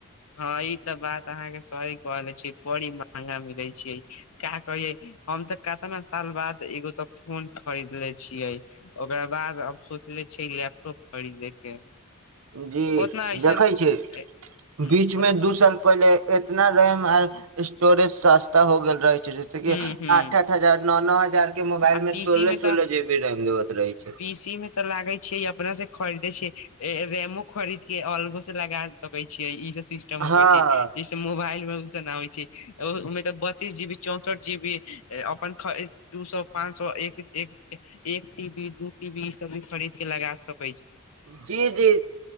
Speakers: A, on the left; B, on the right.
A: हँ ई तऽ बात अहाँके सही। कहले छी बड़ी महगा मिले छै क कहे हम तऽ कतना साल बाद एगो तऽ फोन खरीदले छियै ओकरा बाद अब सोचले छियै लैपटॉप खरीदे के।
B: जी
A: ओतना ऐसन
B: देखै छी।
A: ह
B: बीच
A: बोलै
B: मे
A: छी
B: दू साल पहिले इतना रैम आर स्टोरेज। सस्ता हो गेल रहै।
A: ह ह
B: आठ आठ हजार नौ नौ हजार। के मोबाइल
A: आ
B: में
A: पीसी
B: सोलह
A: मे
B: सोलह
A: तऽ
B: जी बी रैम देबत रहे छै
A: पीसी मे तऽ लागे छियै अपना से खरीद। दैइ छै रेमो खरीद के अलगो से लगा सकै छीयै। ई सब सिस्टम
B: हँ
A: हो छै जैसे मोबाइल मे। नहि होइ छै ओहिमे तऽ बत्तीस जी बी चौंसठ जी बी अपन। दू सए पांच सए एक एक टीबी दू टीबी ई सब भी खरीद के लगा सक।
B: जी जी